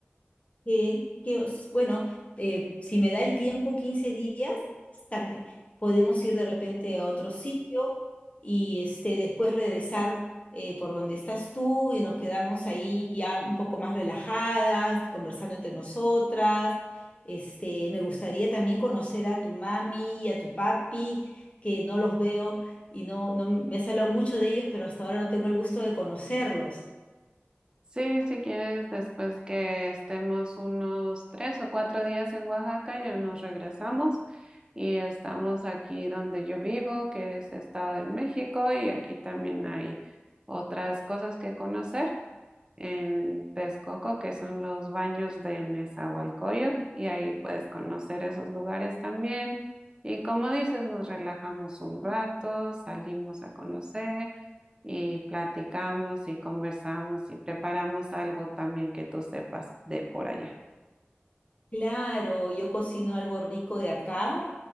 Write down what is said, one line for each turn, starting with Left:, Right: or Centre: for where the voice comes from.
Left: que, que os- bueno, eh, si me da el tiempo, 15 días, también podemos ir de repente a otro sitio y este, después regresar eh, por donde estás tú y nos quedamos ahí ya un poco más relajadas, conversando entre nosotras. Este, me gustaría también conocer a tu mami y a tu papi, que no los veo y no, no me has hablado mucho de ellos, pero hasta ahora no tengo el gusto de conocerlos.
Right: Sí, si quieres, después que estemos unos tres o cuatro días en Oaxaca, ya nos regresamos y estamos aquí donde yo vivo, que es Estado de México, y aquí también hay otras cosas que conocer en Texcoco, que son los baños de Nezahualcóyotl, y ahí puedes conocer esos lugares también. Y como dices, nos relajamos un rato, salimos a conocer y platicamos y conversamos y preparamos algo también que tú sepas de por allá.
Left: Claro, yo cocino algo rico de acá